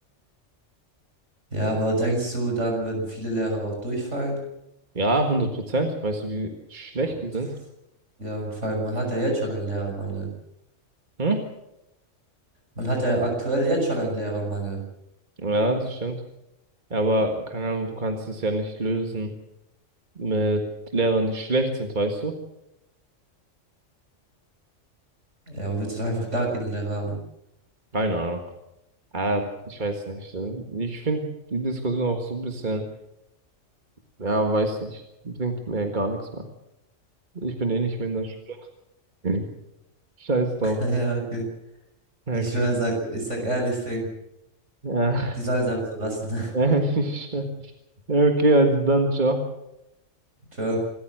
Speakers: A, on the right; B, on the right.
A: Ja, aber denkst du, dann würden viele Lehrer auch durchfallen?
B: Ja, hundert Prozent. Weißt du, wie schlecht
A: Und
B: die sind?
A: ja, und vor allem, man hat ja jetzt schon einen Lehrermangel.
B: Hm?
A: Man hat ja aktuell jetzt schon einen Lehrermangel.
B: Ja, das stimmt. Ja, Aber keine Ahnung, du kannst es ja nicht lösen. mit Lehrern, die schlecht sind, weißt du?
A: Ja, aber willst du doch einfach gar keine Lehrer haben?
B: Keine Ahnung. Ah, ich weiß nicht. Ich finde die Diskussion auch so ein bisschen, ja, weiß nicht, bringt mir gar nichts mehr. Ich bin eh nicht mehr in der Schule. Mhm. Scheiß drauf.
A: <laughs> Ja, okay.
B: Ja,
A: Ich
B: okay.
A: schwör, sag, ich sag ehrlich, Ding.
B: Ja,
A: Die sollen es einfach so lassen.
B: <laughs> ja, okay, also dann, ciao.
A: <laughs> Ciao.